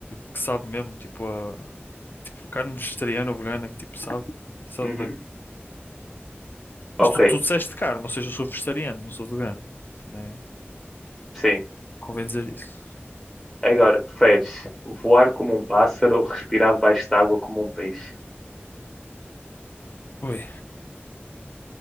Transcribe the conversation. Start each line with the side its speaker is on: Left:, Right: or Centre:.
Left: que sabe mesmo, tipo, a, tipo carne vegetariana ou vegana que tipo sabe, sabe
Centre: Uhum.
Left: bem.
Centre: Ok,
Left: Mas tu, tu disseste carne, ou seja, eu sou vegetariano, não sou vegano. Também
Centre: sim.
Left: convém dizer isso.
Centre: Agora, preferes voar como um pássaro ou respirar debaixo de água como um peixe?
Left: Ui,